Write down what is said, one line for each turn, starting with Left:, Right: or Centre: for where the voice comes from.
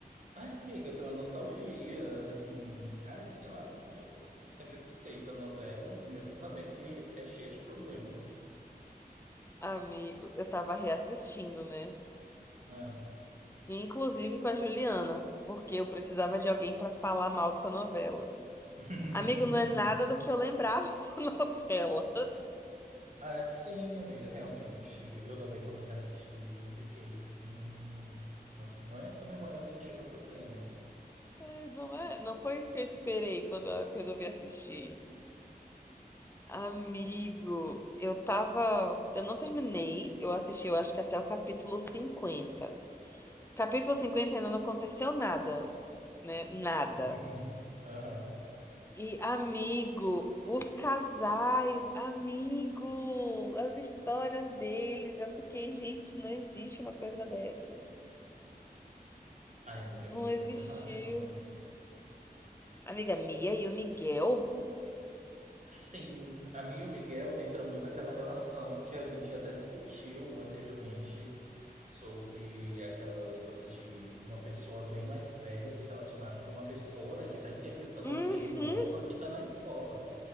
Right: Ai, amiga, pela nostalgia, assim, ai, sei lá. Eu sempre gostei da novela, mesmo sabendo que é cheia de problemas.
Left: Amigo, eu tava reassistindo, né?
Right: Ah.
Left: Inclusive com a Juliana, porque eu precisava de alguém pra falar mal dessa novela.
Right: <laughs>
Left: Amigo, não é nada do que eu lembrava <laughs> dessa novela.
Right: Ah, sim, amiga, realmente. Eu também, quando reassisti, eu fiquei. Hum, não, não é essa memória afetiva que eu tenho.
Left: Ai, Não é, não foi isso que eu esperei quando eu resolvi assistir. Amigo, eu tava. Eu não terminei, eu assisti, eu acho que até o capítulo 50. Capítulo 50 ainda não aconteceu nada, né? Nada.
Right: <laughs> Aham.
Left: E, amigo, os casais, amigo, as histórias deles. Eu fiquei, gente, não existe uma coisa dessas.
Right: Ai, amiga, é
Left: Não
Right: muito
Left: existiu.
Right: problemático, né?
Left: Amiga Mia e o Miguel?
Right: Sim, a mim e o Miguel entra muito aquela relação que a gente até discutiu anteriormente sobre aquela coisa de uma pessoa bem mais velha se relacionar com uma pessoa, né, que está interpretando
Left: Uhum,
Right: alguém nova que está na escola.